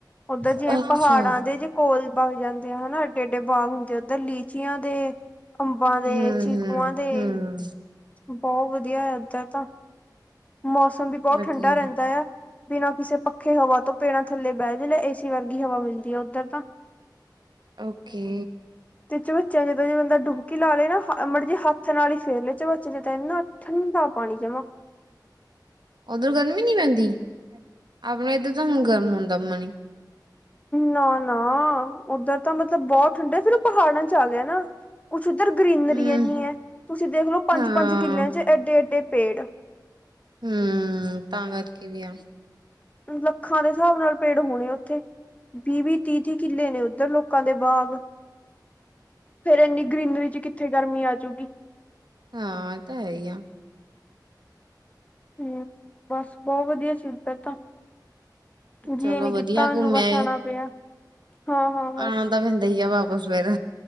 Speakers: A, on the left; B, on the right.
A: ਉੱਧਰ ਜਿਵੇਂ
B: ਅੱਛਾ।
A: ਪਹਾੜਾਂ ਦੇ ਜੇ ਕੋਲ ਬਾਗ ਜਾਂਦੇ ਆ ਹਨਾ ।ਐਡੇ- ਐਏਡੇ ਬਾਗ ਹੁੰਦੇ ਆ, ਉੱਧਰ ਲੀਚੀਆਂ ਦੇ ਅੰਬਾਂ ਦੇ
B: ਹੂੰ-ਹੂੰ-ਹੂੰ,
A: ਚੀਕੂਆਂ ਦੇ ਬਹੁਤ ਵਧੀਆ ਹੈ। ਏਧਰ ਤਾਂ ਮੌਸਮ ਵੀ ਬਹੁਤ
B: ਵਧੀਆ
A: ਠੰਡਾ ਰਹਿੰਦਾ ਆ। ਬਿਨਾਂ ਕਿਸੇ ਪੱਖੇ ਹਵਾ ਤੋਂ ਪੈਣਾ ਥੱਲੇ ਬਹਿ ਜਾਂਦੇ। ਏ ਸੀ ਵਰਗੀ ਹਵਾ ਮਿਲਦੀ ਹੈ। ਉੱਧਰ ਤਾਂ
B: ਓਕੇ।
A: ਤੇ ਚਬਚਾ <unintelligible> ਜਿੱਦਾਂ ਜੇ ਬੰਦਾ ਡੁੱਬਕੀ ਲਾ ਲਏ ਨਾ ਮਰ ਜੇ ਹੱਥ ਸਨਾਲੀ ਫੇਰ ਲੇ ਚ ਬੱਚੇ ਜ ਤਾਂ ਇਨਾ ਠੰਡਾ ਨ ਦਾ ਪਾਣੀ ਜਮਾ।
B: ਓਧਰ ਗਰਮੀ ਨੀ ਪੈਂਦੀ ।ਆਪਣੇ ਇੱਧਰ ਤਾਂ ਹੁਣ ਗਰਮ ਹੁੰਦਾ ਪਾਣੀ।
A: ਨਾ- ਨਾ ਉੱਧਰ ਤਾਂ ਮਤਲਬ ਬਹੁਤ ਠੰਡੇ ਫੇਰ ਉਹ ਪਹਾੜਾਂ ਚ ਆ ਗਿਆ। ਨਾ ਕੁੱਛ ਉੱਧਰ ਗਰੀਨਰੀ
B: ਹੂੰ,
A: ਨੀ ਹੈ ।ਤੁਸੀਂ ਦੇਖਲੋ, ਪੰਜ-
B: ਹਾਂ।
A: ਪੰਜ ਕਿੱਲਿਆਂ ਚ ਏਡੇ- ਐਏਡੇ ਪੇੜ
B: ਹਮ। ਤਾਂ ਕਰਕੇ ਵੀ ਆ
A: ਲੱਖਾਂ ਦੇ ਹਿਸਾਬ ਨਾਲ ਪੇੜ ਹੋਣੇ ਉੱਥੇ, ਵੀਹ- ਵੀਹ, ਤੀਹ ਦੀ ਕਿੱਲੇ ਨੇ ਉੱਧਰ ਲੋਕਾਂ ਦੇ ਬਾਗ ਫੇਰ ਇੰਨੀ ਗਰੀਨਰੀ ਚ ਕਿੱਥੇ ਗਰਮੀ ਆ ਜੂਗੀ।
B: ਹਾਂ ।ਤਾਂ ਹੈ ਹੀ ਆ।
A: ਹਮ। ਬਸ ਬਹੁਤ ਵਧੀਆ ਸੀ। ਤਾਂ ਜੀ
B: ਚਲੋ
A: ਨੀ
B: ਵਧੀਆ
A: ਕੀਤਾ ਉਹਨੂੰ
B: ਘੁੰਮਿਆ
A: ਬਸ ਆਣਾ ਪਿਆ ਹਾਂ-ਹਾਂ ਬਸ
B: ਆਣਾ ਤਾਂ ਪੈਂਦਾ ਹੀ ਆ ਵਾਬ ਉਹ ਸਵੇਰੇ